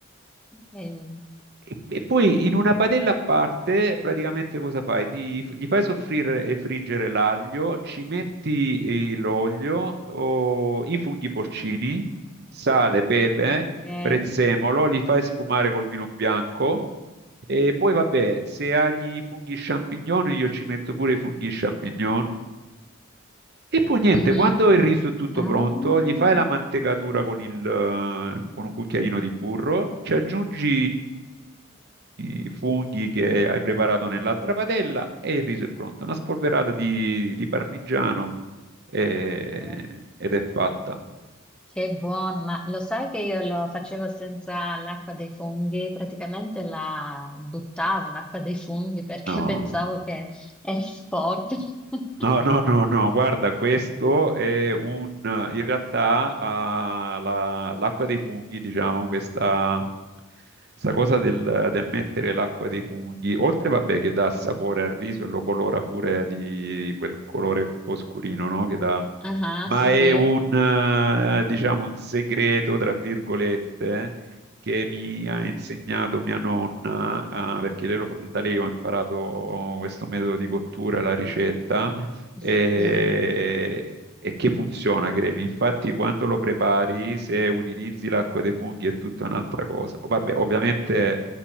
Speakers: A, in the centre; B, on the right.
A: ok.
B: E, e poi in una padella a parte, praticamente cosa fai? Ti- gli fai soffrire e friggere l'aglio, ci metti eh, l'olio, o i funghi porcini, sale, pepe,
A: ok.
B: prezzemolo, li fai sfumare col vino bianco. E poi vabbè, se hai i funghi champignon, io ci metto pure i funghi champignon. E poi niente,
A: Mhm.
B: quando il riso è tutto
A: Ah,
B: pronto, gli fai la mantecatura con il, eh, con un cucchiaino di burro, ci aggiungi i funghi che hai preparato nell'altra padella e il riso è pronto. Una spolverata di, di parmigiano e-
A: ok,
B: ed è fatta.
A: che buono, ma lo sai che io lo facevo senza l'acqua dei funghi? Praticamente la buttavo l'acqua dei funghi perché
B: No.
A: <laughs> pensavo che era sporca. <laughs>
B: No, no, no, no, guarda, questo è un, in realtà, ah, la- l'acqua dei funghi, diciamo, questa, questa cosa del, del mettere l'acqua dei funghi, oltre, vabbè, che dà sapore al riso e lo colora pure di quel colore un po' scurino, no? Che dà,
A: Ah,
B: ma
A: sì,
B: è
A: sì.
B: un, eh, diciamo, un segreto, tra virgolette, che mi ha insegnato mia nonna, ah, perché lei lo- da lei ho imparato questo metodo di cottura, la ricetta e,
A: Sì.
B: e che funziona, cremi. Infatti, quando lo prepari, se utilizzi l'acqua dei funghi è tutta un'altra cosa. Oh, Vabbè, ovviamente,